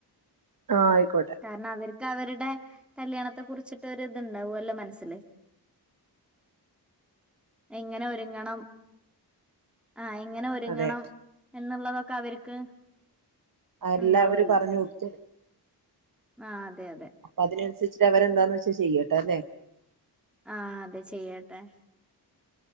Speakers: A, on the right; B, in the centre.
A: ആഹ് ആയിക്കോട്ടെ
B: കാരണം അവർക്ക് അവര്ടെ കല്യാണത്തെ കുറിച്ചിട്ട് ഒരു ഇതുണ്ടാവല്ലോ മനസ്സില് എങ്ങനെ ഒരുങ്ങണം ആഹ് എങ്ങനെ ഒരുങ്ങണം
A: അതെ
B: എന്നുള്ളതൊക്കെ അവർക്ക്
A: അല്ല
B: ഉണ്ടാവുമല്ലോ
A: അവര് പറഞ്ഞതൊട്ടും
B: ആഹ് അതെ അതെ
A: അതിനനുസരിച്ച് അവരെന്താന്ന്ച്ചാ ചെയ്യട്ടെ അല്ലേ
B: ആഹ് അതെ ചെയ്യട്ടെ